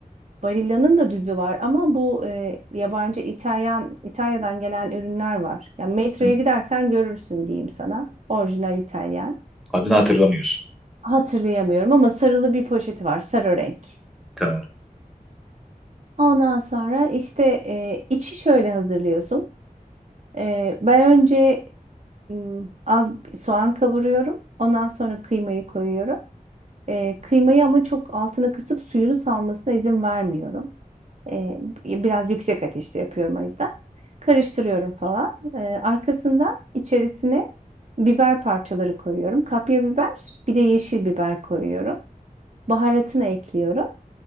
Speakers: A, on the right (about 50°); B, in the centre.
A: Barilla'nın da düzü var ama bu e, yabancı İtalyan İtalya'dan gelen ürünler var. Yani metroya
B: Hı.
A: gidersen görürsün diyeyim sana. Orijinal İtalyan.
B: Adını hatırlamıyorsun.
A: Hatırlayamıyorum ama sarılı bir poşeti var, sarı renk.
B: Tamam.
A: Ondan sonra işte e, içi şöyle hazırlıyorsun. E, ben önce m, az bir soğan kavuruyorum. Ondan sonra kıymayı koyuyorum. E, kıymayı ama çok altına kısıp suyunu salmasına izin vermiyorum. E, biraz yüksek ateşte yapıyorum o yüzden. Karıştırıyorum falan. E, arkasından içerisine biber parçaları koyuyorum. Kapya biber, bir de yeşil biber koyuyorum. Baharatını ekliyorum.